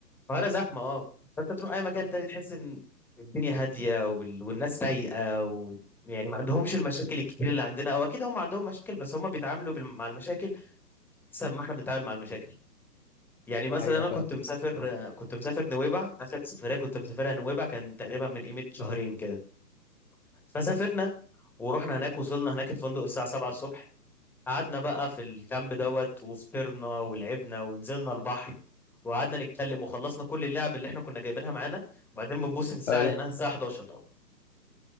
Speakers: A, in the centre; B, on the left (about 45°).
A: القاهرة زحمة اه فانت تروح اي مكان تاني تحس ان الدنيا هادية وال... والناس رايقة و... يعني ما عندهمش المشاكل الكتير اللي عندنا او اكيد هم عندهم مشاكل بس هم بيتعاملوا بال... مع المشاكل احسن ما احنا بنتعامل مع المشاكل يعني مثلا
B: ده حقيقة
A: انا
B: فعلا
A: كنت مسافر آه، كنت مسافر نويبع اخر سفرية كنت مسافرها نويبع كان تقريبا من قيمة شهرين
B: مم.
A: كده فسافرنا ورحنا هناك وصلنا هناك الفندق الساعة 7 الصبح قعدنا بقى في الكامب دوت وفطرنا ولعبنا ونزلنا البحر وقعدنا نتكلم وخلصنا كل اللعب اللي احنا كنا جايبينها معانا وبعدين بنبص في الساعة
B: أيوة
A: لقيناها الساعة 11